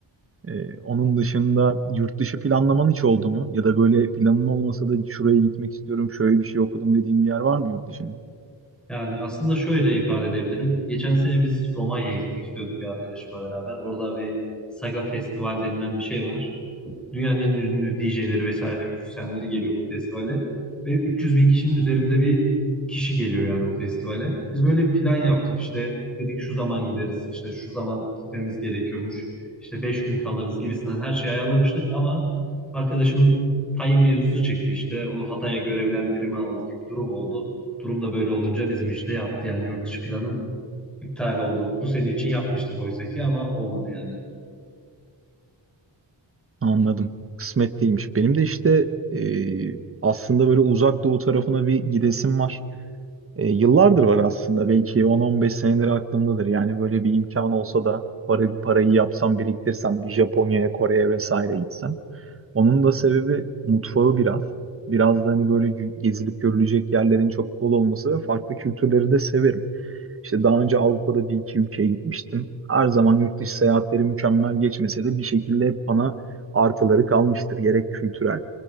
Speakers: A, on the right; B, in the centre.
A: Ee, onun dışında yurt dışı planlaman hiç oldu mu? Ya da böyle planın olmasa da şuraya gitmek istiyorum, şöyle bir şey okudum dediğin bir yer var mı yurt dışında?
B: Yani aslında şöyle ifade edebilirim. Geçen sene biz Romanya'ya gitmek istiyorduk bir arkadaşımla beraber. Orada bir Saga Festival denilen bir şey var. Dünyanın en ünlü DJ'leri vesaire müzisyenleri geliyor bu festivale. Ve 300 bin kişinin üzerinde bir kişi geliyor yani o festivale. Biz böyle plan yaptık işte dedik şu zaman gideriz, işte şu zaman gitmemiz gerekiyormuş, işte 5 gün kalırız gibisinden her şeyi ayarlamıştık ama arkadaşımın tayin mevzusu çıktı işte. Onu Hatay'a görevlendirme aldı gibi bir durum oldu. Durumda böyle olunca bizim işte yaptı yani yurt dışı planım iptal oldu. Bu sene için yapmıştık oysa ki ama olmadı yani.
A: Anladım. Kısmet değilmiş. Benim de işte e, aslında böyle uzak doğu tarafına bir gidesim var. E, yıllardır var aslında belki 10-15 senedir aklımdadır. Yani böyle bir imkan olsa da para, parayı yapsam biriktirsem bir Japonya'ya, Kore'ye vesaire gitsem. Onun da sebebi mutfağı biraz. Biraz da hani böyle gü- gezilip görülecek yerlerin çok bol olması ve farklı kültürleri de severim. İşte daha önce Avrupa'da bir iki ülkeye gitmiştim. Her zaman yurt dışı seyahatleri mükemmel geçmese de bir şekilde hep bana artıları kalmıştır. Gerek kültürel,